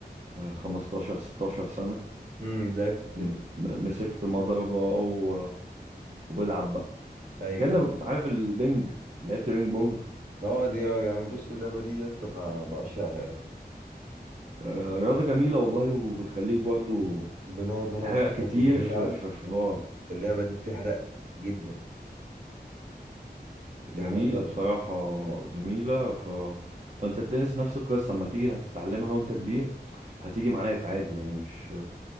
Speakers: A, on the right (about 40°); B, on the right (about 60°).
A: آه، 15 16 سنة
B: امم لعبت تنس
A: م- مسكت مضربة و... والعب بقى
B: ايوه
A: كأنك
B: أيوة.
A: عارف البنج لعبت بينج بونج
B: اه دي آه، يعني بص اللعبه ديت انا بعشقها يعني
A: آه، رياضة جميلة والله وبتخليك برضو
B: بنقعد انا
A: تحرق
B: واصحابي
A: كتير
B: نلعب
A: في في في- اه
B: اللعبه دي بتحرق جدا بتحرق
A: جميلة
B: جامد
A: بصراحة
B: اه
A: جميلة ف فانت التنس نفس القصة اما تيجي هتتعلمها وانت كبير هتيجي معاك عادي يعني مش